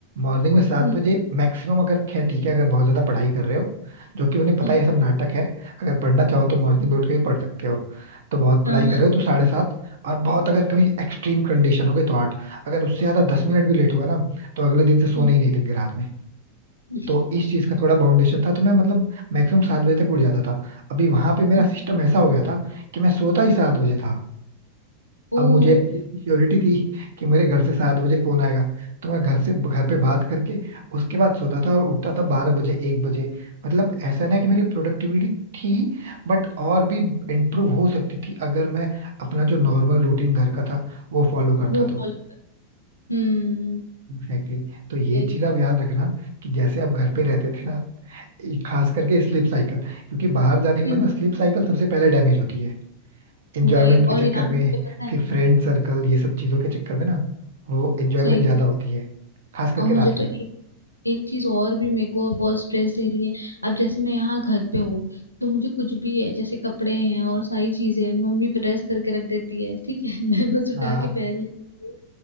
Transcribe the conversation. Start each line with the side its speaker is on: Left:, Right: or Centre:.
Right: मॉर्निंग में सात
Left: हम्म,
Right: बजे मैक्सिमम अगर खैर ठीक है अगर बहुत ज्यादा पढ़ाई कर रहे हो जो कि उन्हें पता
Left: हाँ
Right: है ये सब नाटक है अगर पढ़ना चाहो तो मॉर्निंग में उठ के भी पढ़ सकते हो तो बहुत पढ़ाई
Left: हाँ,
Right: कर रहे हो तो साढ़े सात और बहुत अगर कभी एक्सट्रीम कंडीशन हो गई तो आठ अगर उससे ज्यादा दस मिनट भी लेट हुआ ना तो अगले दिन से सोने
Left: हम्म,
Right: ही नहीं देंगे रात में
Left: <laughs>
Right: तो इस चीज का थोड़ा बाउंडेशन था तो मैं मतलब मैक्सिमम सात बजे तक उठ जाता था अभी वहां पे मेरा
Left: हम्म।
Right: सिस्टम ऐसा हो गया था कि मैं सोता ही सात बजे था
Left: ओ
Right: अब मुझे एक चीज की श्योरिटी थी कि मेरे घर से सात बजे फोन आएगा तो मैं घर से घर पे बात करके उसके बाद सोता था और उठता था बारह बजे एक बजे मतलब ऐसा ना कि मेरी प्रोडक्टिविटी थी बट और भी इम्प्रूव हो सकती थी अगर मैं अपना जो नॉर्मल रूटीन घर का था वो फॉलो करता
Left: वो
Right: तो
Left: फॉलो हम्म
Right: Exactly exactly. तो ये
Left: सही कह
Right: चीज आप
Left: रहे हो।
Right: याद रखना कि जैसे आप घर पे रहते थे ना ये खास करके स्लीप साइकिल क्योंकि बाहर जाने के
Left: हम्म
Right: बाद ना स्लीप साइकिल सबसे पहले डैमेज होती है एंजॉयमेंट
Left: वही
Right: के
Left: और
Right: चक्कर
Left: यार मुझे
Right: में
Left: पता है
Right: फिर फ्रेंड सर्कल ये सब चीजों के चक्कर में ना वो एंजॉयमेंट
Left: सही
Right: ज्यादा होती है खास करके
Left: और मुझे
Right: रात में
Left: तो एक एक चीज और भी मेरे को बहुत स्ट्रेस दे रही है अब जैसे मैं यहाँ घर पे हूँ तो मुझे कुछ भी है जैसे कपड़े हैं और सारी चीजें हैं मम्मी प्रेस करके रख देती है ठीक है <laughs> मैं बस उठा
Right: हाँ
Left: के पहन लेती हूँ।